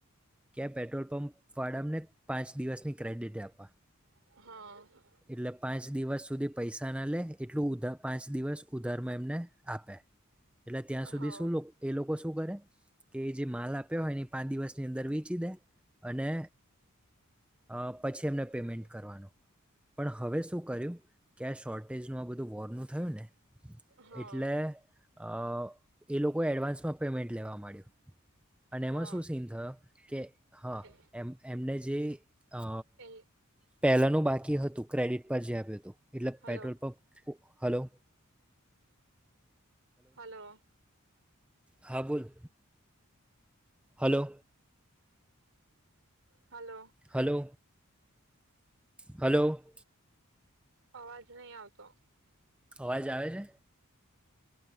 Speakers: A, in the centre; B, on the right.
A: કે આ પેટ્રોલ પંપ પધમ ને પાંચ દિવસની ક્રેડિટે આપવા.
B: હા.
A: એટલે પાંચ દિવસ સુધી પૈસા ના લે, એટલું ઉધા પાંચ દિવસ ઉધારમાં એમને આપે, એટલે ત્યાં સુધી
B: હા
A: શું, એ લોકો શું કરે, કે એ જે માલ આપ્યો હોય ને એ પાંચ દિવસની અંદર વેચી દે, અને અં પછી એમને
B: હા
A: પેમેન્ટ કરવાનું. પણ હવે શું કર્યું, કે આ શોર્ટેજનું આ બધું વોર્નું થયું ને,
B: હા
A: એટલે અ એ લોકો એડવાન્સમાં પેમેન્ટ લેવા માંડ્યું. અને
B: હા
A: એમાં શું સીન થયો, કે હા,
B: એ
A: એમ એમને જે અ
B: એ
A: પહેલાનું બાકી હતું. ક્રેડિટ પર જે આપ્યો હતો એટલે
B: hello
A: petrol pump hello. <inaudible>
B: Hello.
A: હા બોલ. હલો.
B: હલો.
A: Hello hello.
B: અવાજ નહીં આવતો.
A: અવાજ આવે છે?